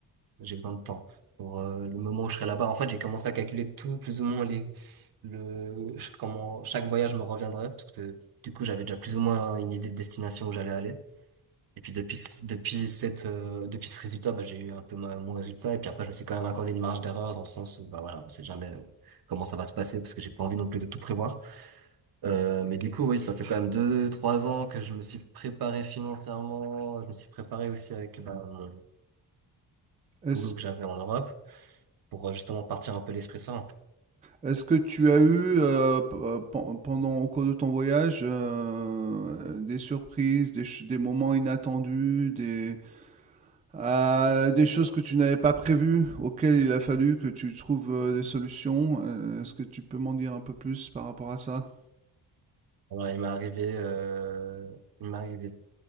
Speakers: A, on the right (about 60°); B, on the right (about 20°).
A: J'ai besoin de temps pour euh, le moment où je serai là-bas. En fait, j'ai commencé à calculer tout, plus ou moins les, le, ch- comment chaque voyage me reviendrait, parce que du coup, j'avais déjà plus ou moins une idée de destination où j'allais aller. Et puis depuis, ce- depuis cette, euh, depuis ce résultat, bah, j'ai eu un peu ma- mon résultat. Et puis après, je me suis quand même accordé une marge d'erreur dans le sens où, bah voilà, on sait jamais euh, comment ça va se passer parce que j'ai pas envie non plus de tout prévoir. Euh, mais du coup, oui, ça fait quand même deux, trois ans que je me suis préparé financièrement. Je me suis préparé aussi avec bah, mon
B: est-ce,
A: boulot que j'avais en Europe pour euh, justement partir un peu l'esprit sain.
B: est-ce que tu as eu euh, p- euh, pen- pendant au cours de ton voyage euh, des surprises, des, ch- des moments inattendus, des Euh, des choses que tu n'avais pas prévues, auxquelles il a fallu que tu trouves euh, des solutions. Euh, est-ce que tu peux m'en dire un peu plus par rapport à ça?
A: Alors, il m'est arrivé, euh, il m'est arrivé